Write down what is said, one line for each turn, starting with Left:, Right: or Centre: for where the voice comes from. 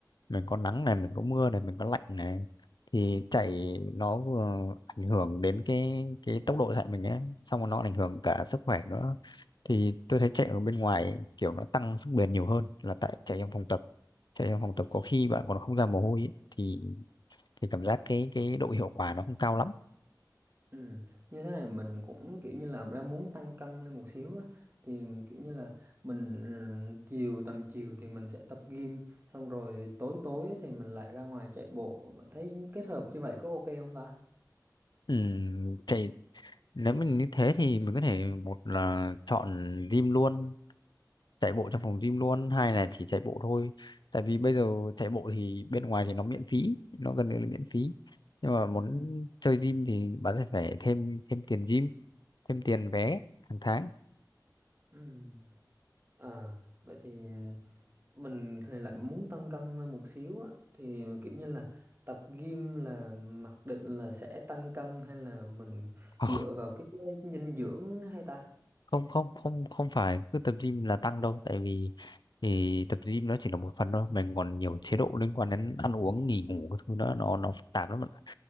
Left: mình có nắng này mình có mưa này mình có lạnh này thì chạy nó vừa ảnh hưởng đến cái cái tốc độ chạy mình ấy xong rồi nó ảnh hưởng cả sức khỏe nữa thì tôi thấy chạy ở bên ngoài kiểu nó tăng sức bền nhiều hơn là tại chạy trong phòng tập chạy trong phòng tập có khi bạn còn không ra mồ hôi ấy, thì thì cảm giác cái cái độ hiệu quả nó không cao lắm
Right: Ừ. Như thế này mình cũng kiểu như là đang muốn tăng cân lên một xíu á thì kiểu như là mình ừ, chiều tầm chiều thì mình sẽ tập gym xong rồi tối tối thì mình lại ra ngoài chạy bộ bạn thấy kết hợp như vậy có ok không ta
Left: Ừm, chạy nếu mình như thế thì mình có thể một là chọn gym luôn chạy bộ trong phòng gym luôn hay là chỉ chạy bộ thôi tại vì bây giờ chạy bộ thì bên ngoài thì nó miễn phí nó gần như là miễn phí nhưng mà muốn
Right: ừ.
Left: chơi gym thì bạn sẽ phải thêm thêm tiền gym thêm tiền vé hàng tháng
Right: Ừ. À, vậy thì mình thì lại muốn tăng cân lên một xíu á thì kiểu như là tập gym là mặc định là sẽ tăng cân hay là mình
Left: <laughs>
Right: dựa vào cái dinh dưỡng hay ta?
Left: không không không không phải cứ tập gym là tăng đâu tại vì thì tập gym nó chỉ là một phần thôi mình còn nhiều chế độ liên quan đến ăn uống nghỉ ngủ cái thứ đó nó nó phức tạp lắm bạn ạ.